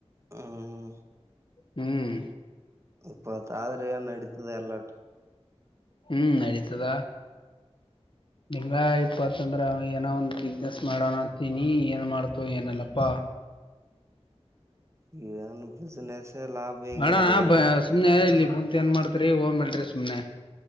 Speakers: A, on the right; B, on the left.
A: ಹ್ಮ
B: ಹ್ಮ್
A: ಇಪ್ಪತ್ ಆದ್ರೆ ಏನ್ ನಡೀತದೆ ಎಲ್ಲಾ.
B: ಹ್ಮ್ ನೆಡಿತಾದ. ತಿಂಗಳ ಇಪ್ಪತ್ತಂದ್ರ ಏನೋ ಒಂದು ಬಿಸ್ನೆಸ್ ಮಾಡೋಣ ಅಂತೀನಿ ಏನ್ ಮಾಡ್ತು ಇಲ್ಲಪ್ಪಾ.
A: ಈಗ ಈ ಬಿಸ್ನೆಸ್. ಲಾಭ ಈಗೆಲ್ಲ
B: ಅಣ್ಣ
A: ಏನ
B: ಸುಮ್ನೆ ಇಲ್ಲಿ ಕುಂತ ಏನ್ ಮಾಡ್ತರಿ ಹೋಗನ್ ಬನ್ರೀ ಸುಮ್ನೆ.